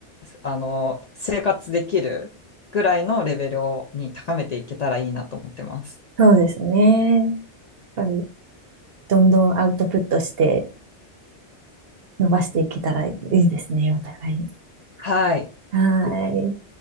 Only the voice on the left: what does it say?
あの生活できるぐらいのレベルをに高めていけたらいいなと思ってます。
はい。